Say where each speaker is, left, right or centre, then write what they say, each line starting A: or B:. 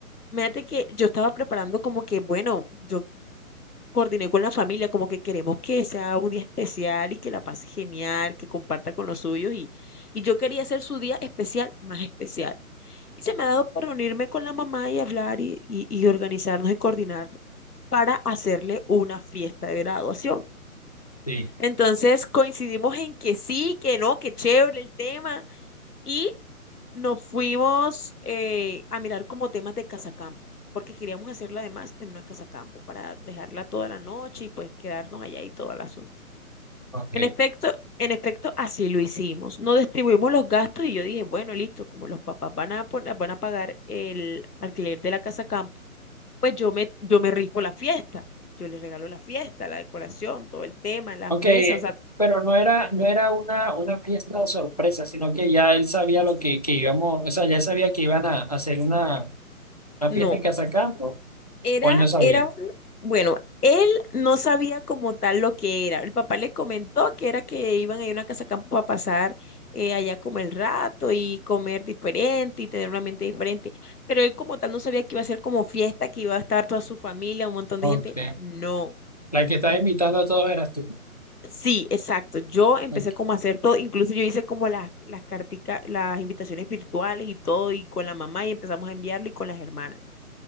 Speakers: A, on the left (about 85°); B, on the left (about 30°).
A: Fíjate que yo estaba preparando como que, bueno, yo coordiné con la familia, como que queremos que sea un día especial y que la pase genial, que comparta con los suyos, y, y yo quería hacer su día especial más especial. Y se me ha dado por reunirme con la mamá y hablar y, y- y organizarnos y coordinar para hacerle una fiesta de graduación.
B: sí,
A: Entonces coincidimos en que sí, que no, que chévere el tema y nos fuimos eh, a mirar como temas de casacampo, porque queríamos hacerla además en una casacampo para dejarla toda la noche y pues quedarnos allá y todo el asunto.
B: ok.
A: En efecto, en efecto, así lo hicimos. No distribuimos los gastos y yo dije, bueno, listo, como los papás van a poner, van a pagar el alquiler de la casa campo, pues yo me, yo me rifo la fiesta. Yo les regalo la fiesta, la decoración, todo el tema, las
B: Ok,
A: mesas, o sea,
B: pero no era, no era una, una fiesta sorpresa, sino que ya él sabía lo que, que íbamos, o sea, ya sabía que iban a hacer una. una
A: no,
B: fiesta en Casa Campo,
A: Era,
B: o él no sabía.
A: era un, bueno, él no sabía como tal lo que era. El papá le comentó que era que iban a ir a una casa campo a pasar eh, allá como el rato y comer diferente y tener una mente diferente. Pero él como tal no sabía que iba a ser como fiesta, que iba a estar toda su familia, un montón
B: Ok,
A: de gente. No.
B: La que estaba invitando a todos eras tú.
A: Sí, exacto. Yo empecé
B: ok.
A: como a hacer todo, incluso yo hice como las, las carticas, las invitaciones virtuales y todo, y con la mamá y empezamos a enviarlo y con las hermanas.